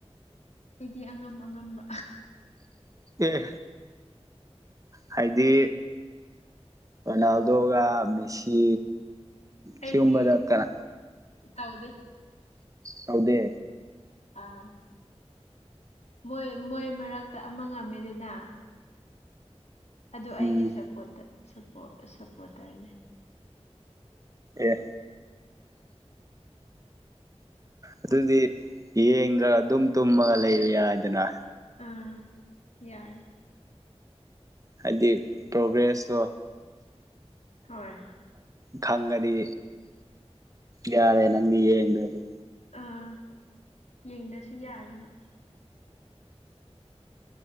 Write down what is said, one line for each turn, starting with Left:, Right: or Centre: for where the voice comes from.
Left: ꯑꯩꯗꯤ ꯑꯉꯝ ꯑꯉꯝꯕ
Right: ꯑꯦ ꯍꯥꯏꯗꯤ ꯔꯣꯅꯥꯜꯗꯣꯒꯥ ꯝꯦꯁꯤ
Left: ꯑꯩꯗꯤ
Right: ꯁꯤꯒꯨꯝꯕꯗ ꯀꯅꯥ
Left: ꯇꯧꯗꯦ
Right: ꯇꯧꯗꯦ
Left: ꯑꯥ ꯃꯣꯏ ꯃꯣꯏ ꯃꯔꯛꯇ ꯑꯃ ꯉꯝꯃꯦꯗꯅ ꯑꯗꯨ
Right: ꯎꯝ
Left: ꯑꯩꯒꯤ ꯁꯄꯣꯔꯠꯇ ꯁꯞꯄꯣ ꯁꯞꯄꯣꯔꯇꯔꯅꯦ
Right: ꯑꯦ ꯑꯗꯨꯗꯤ ꯌꯦꯡꯒ꯭ꯔ ꯑꯗꯨꯝ ꯇꯨꯝꯃꯒ ꯂꯩꯕ ꯌꯥꯏꯗꯅ
Left: ꯑꯥ ꯌꯥꯔ
Right: ꯍꯥꯏꯗꯤ ꯄ꯭ꯔꯣꯒ꯭ꯔꯦꯁꯇꯣ
Left: ꯍꯣꯏ
Right: ꯈꯪꯉꯗꯤ ꯌꯥꯔꯦ ꯅꯪꯗꯤ ꯌꯦꯡꯗ꯭ꯔꯁꯨ
Left: ꯑꯥ ꯌꯦꯡꯗꯁꯨ ꯌꯥꯔꯦ ꯍꯣꯏ